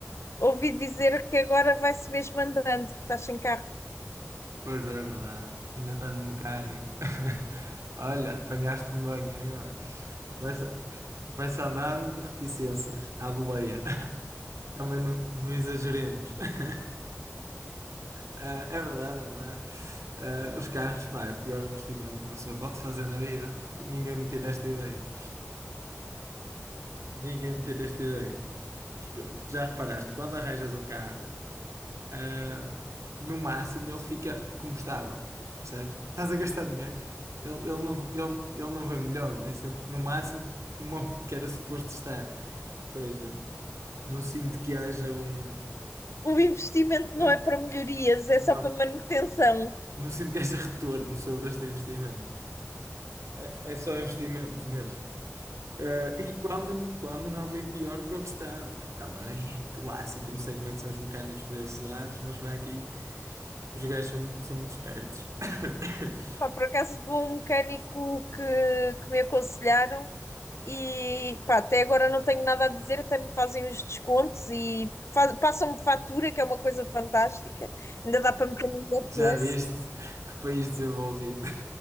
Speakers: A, on the left; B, on the right.
A: Ouvi dizer que agora vai-se mesmo andando, que estás sem carro.
B: Pois é, verdade. Ainda está no mecânico. <laughs> Olha, apanhaste-me bem agora. Vai-se vai-se andando, reticências, à boleia. <laughs> Também não, não exageremos. <laughs> Ah, é verdade, é verdade. Ah, os carros, pá, é o pior investimento que uma pessoa pode fazer na vida. Ninguém me tira esta ideia. Ninguém me tira esta ideia. Já reparaste, quando arranjas um carro, ah, no máximo ele fica como estava, percebes? Estás a gastar dinheiro, ele, ele não, ele, ele não vem melhor, vem sempre no máximo como o que era suposto estar. Ou seja, não sinto que haja um,
A: O investimento
B: um-
A: não é para melhorias, é
B: não,
A: só para manutenção.
B: não sinto que haja retorno sobre este investimento. É é só investimento mesmo. Eh, e quando, quando não vem pior do que o que estava. Também <laughs> clássico, eu não sei como é que são os mecânicos para esses lados, mas para aqui os gajos são, são muito espertos. <coughs>
A: Pá, por acaso vou a um mecânico que, que me aconselharam e pá, até agora não tenho nada a dizer, até me fazem os descontos e fa- passam-me fatura, que é uma coisa fantástica. Ainda dá para meter no
B: Já
A: IRS.
B: viste que país desenvolvido?